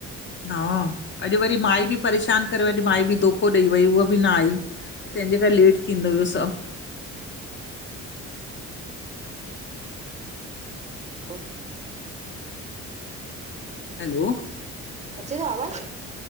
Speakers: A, on the left; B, on the right.
A: हा, अॼु वरी माई बि परेशान करे वॼु माई बि धोखो ॾेई वई उहा बि न आई। त तंहिंजे करे लेट थींदो हुयो सभु।
B: हलो!
A: हलो।
B: अचे जो आवाज़?